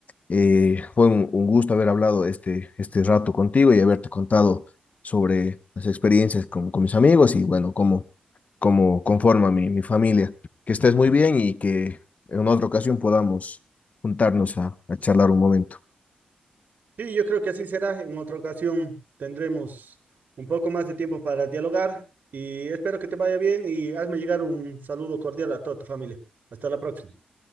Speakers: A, on the left; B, on the right.
A: eh, fue un, un gusto haber hablado este, este rato contigo y haberte contado sobre las experiencias con, con mis amigos y bueno, cómo, cómo conforma mi, mi familia. Que estés muy bien y que en otra ocasión podamos juntarnos a, a charlar un momento.
B: Sí, yo creo que así será. En otra ocasión tendremos un poco más de tiempo para dialogar y espero que te vaya bien y hazme llegar un saludo cordial a toda tu familia. Hasta la próxima.